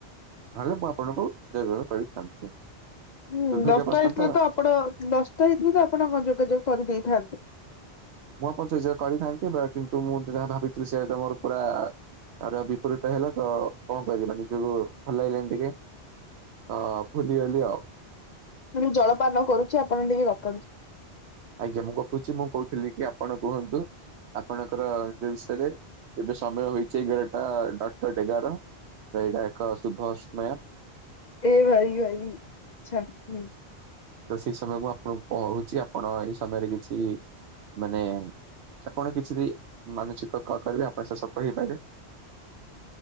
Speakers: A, on the right (about 80°); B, on the left (about 55°).
A: ନହେଲେ ମୁଁ ଆପଣଙ୍କୁ ଯୋଗାଯୋଗ କରିଥାନ୍ତି।
B: ହୁଁ
A: ଦୁର୍ଭାଗ୍ୟ
B: ଦଶଟା
A: ବଶତଃ
B: ହେଇଥିଲେ ତ ଆପଣ ଦଶଟା ହେଇଥିଲେ ତ ଆପଣ ହଁ ଯୋଗାଯୋଗ କରି ଦେଇଥାନ୍ତେ।
A: ମୁଁ ଆପଣଙ୍କୁ ଯୋଗାଯୋଗ କରିଥାନ୍ତି ବା କିନ୍ତୁ ମୁଁ ଯାହା ଭାବିଥିଲି ସେଇଆ ତ ମୋର ପୁରା ଆର ବିପରୀତ ହେଲା ତ କଣ କରିବା ନିଜକୁ ଭଲ ଲାଗିଲାନି ଟିକେ। ତ ଭୁଲିଗଲି ଆଉ।
B: ମୁଁ ଜଳପାନ କରୁଚି ଆପଣ ଟିକେ ଗପନ୍ତୁ।
A: ଆଜ୍ଞା ମୁଁ ଗପୁଛି ମୁଁ କହୁଥିଲି କି ଆପଣ କୁହନ୍ତୁ ଆପଣଙ୍କର <unintelligible> ବିଷୟରେ ଏବେ ସମୟ ହୋଇଛି ଏଗରଟା ଡଟ୍ ଡଟ୍ ଏଗାର, ତ ଏଇଟା ଏକ ଶୁଭ ସମୟ।
B: ଏ ଭାଇ ଭାଇ ଛାଡ଼୍ ହୁଁ।
A: ତ ସେଇ ସମୟକୁ ଆପଣଙ୍କୁ କହୁଛି ଆପଣ ଏଇ ସମୟରେ କିଛି ମାନେ ଆପଣ କିଛିବି ମାନସିକ କ କରିବେ ଆପଣ ସେ ସଫଳ ହେଇପାରିବେ।